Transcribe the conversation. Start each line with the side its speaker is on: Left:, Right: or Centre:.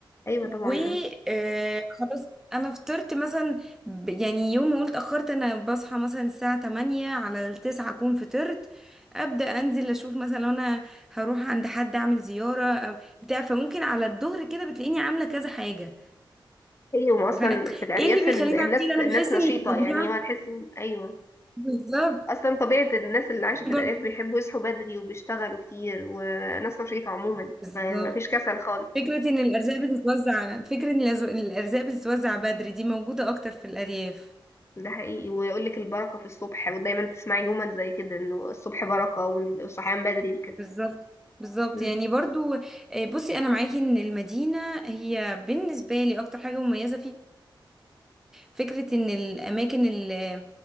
Left: أيوة
Centre: وخلاص
Left: طبعا آه.
Centre: انا فطرت مثلا ب- يعني يوم ما قلت اتاخرت انا بصحى مثلا الساعه 8 على التسعة اكون فطرت ابدا انزل اشوف مثلا لو انا هروح عند حد اعمل زياره أو بتاع فممكن على الظهر كده بتلاقيني عامله كذا حاجه
Left: أيوة أصلا
Centre: فايه
Left: في الأرياف
Centre: اللي بيخليني
Left: ال- الناس
Centre: اعمل كده
Left: الناس
Centre: انا بحس
Left: نشيطة
Centre: ان الطبيعه
Left: يعني ما تحس إن أيوة
Centre: بالظبط
Left: أصلا طبيعة الناس اللي عايشة في
Centre: برضه-
Left: الأرياف بيحبوا يصحوا بدري وبيشتغلوا كتير وناس نشيطة عموما
Centre: بالظبط
Left: ما ما فيش كسل خالص
Centre: فكره ان الارزاق بتتوزع فكره ان الأز- الارزاق بتتوزع بدري دي موجوده اكتر في الارياف
Left: ده حقيقي ويقول لك البركة في الصبح ودايما تسمعي جمل زي كده انه الصبح بركة والصحيان بدري وكده
Centre: بالظبط بالظبط
Left: مم.
Centre: يعني برضو آه، بصي انا معاكي ان المدينه هي بالنسبه لي اكتر حاجه مميزه فيها فكره ان الاماكن ال-